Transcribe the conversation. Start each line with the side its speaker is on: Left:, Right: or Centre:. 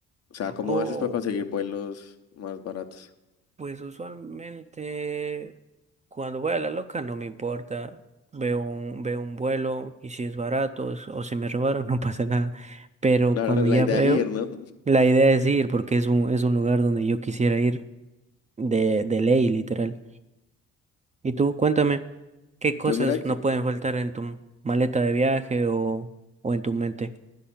Left: O sea, ¿cómo
Right: Oh,
Left: haces para conseguir vuelos más baratos?
Right: pues usualmente cuando voy a la loca no me importa. Veo un, veo un vuelo y si es barato es- o si me robaron <laughs> no pasa nada. Pero
Left: Claro,
Right: cuando
Left: <laughs> la
Right: ya
Left: idea
Right: veo,
Left: es ir, ¿no?
Right: la idea es ir porque es un, es un lugar donde yo quisiera ir. de, de ley, literal. Y tú, cuéntame, ¿qué cosas
Left: Pues mira que,
Right: no pueden faltar en tu maleta de viaje o, o en tu mente?